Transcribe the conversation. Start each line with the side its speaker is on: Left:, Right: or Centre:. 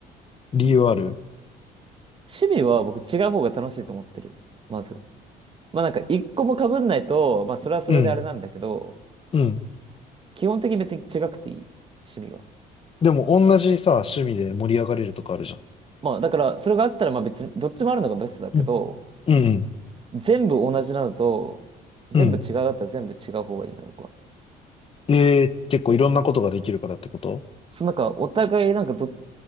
Left: 理由ある
Right: 趣味は僕違う方が楽しいと思ってる。まず。まあなんか一個も被んないと、まあそれはそれであれなんだけど、
Left: うん、うん。
Right: 基本的に別に違くていい。趣味は。
Left: でも、同じさ、趣味で盛り上がれるとかあるじゃん。
Right: まあだからそれがあったらまあ別にどっちもあるのがベストだけど、
Left: うん、うん、
Right: 全部同じなのと、全部違うだったら全部違う方がいいな、
Left: うん。
Right: 僕は。
Left: えー、結構いろんなことができるからってこと
Right: そのなんか、お互いなんかど、